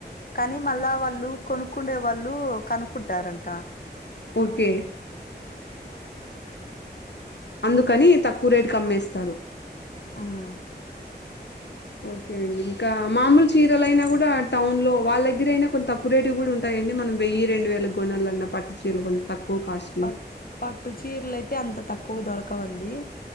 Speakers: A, on the left (about 55°); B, on the left (about 75°).
A: కానీ మళ్ళా వాళ్ళు కొనుక్కుండే వాళ్ళు కనుక్కుంటారంట
B: ఓకే అందుకని తక్కువ రేటుకి అమ్మేస్తారు
A: అం
B: ఓకే అండి ఇంకా మామూలు చీరలయినా కూడా టౌన్ లో వాళ్ళ దగ్గర అయినా కొంత కువ రేటువి కూడా ఉంటాయండి మనం వెయ్యి రెండు వేలకు కొనాలన్నా పట్లు చీరలు కొంత తక్కువ కాస్ట్
A: పట్
B: లో
A: పట్టు చీరలయితే అంత తక్కువ దొరకవండి